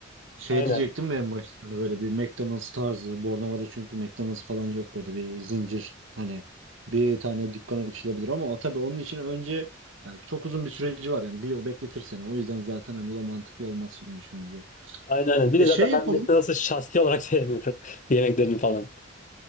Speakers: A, on the right (about 70°); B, on the left (about 40°).
A: Şey
B: Aynen.
A: diyecektim ya en başta hani böyle bir McDonald's tarzı. Bornova'da çünkü McDonald's falan yok böyle bir zincir. Hani bir tane dükkan açılabilir ama o tabii onun için önce yani çok uzun bir süreci var yani bir yıl bekletir seni. O yüzden zaten hani o mantıklı olmaz şimdi düşününce.
B: Aynen aynen. Bir
A: E
B: de zaten
A: şey yapalım.
B: ben McDonald's'ı şahsi olarak <laughs> sevmiyorum. Yemeklerini falan.